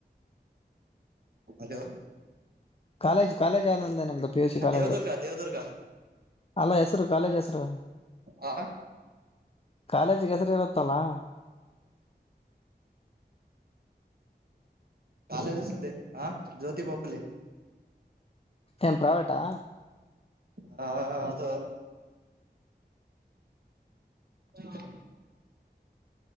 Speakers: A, on the right; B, on the left.
A: ಹಲೋ
B: ಕಾಲೇಜ್ ಕಾಲೇಜ್ ಯಾವ್ದು ಅಂದೆ ನಮ್ದು P U C college
A: Devadurga Devadurga
B: ಅಲ್ಲ ಹೆಸರು ಕಾಲೇಜ್ ಹೆಸರು
A: ಆ
B: ಕಾಲೇಜ್ಗೆ ಹೆಸರಿ ಇರುತ್ತಲ್ಲಾ
A: ಕಾಲೇಜ್ ಹೆಸರು ಹ ಜ್ಯೋತಿ ಬಾಪುಲೆ
B: ಏನ್ ಪ್ರಾವೇಟಾ
A: ಹಾ ಅದು ಹ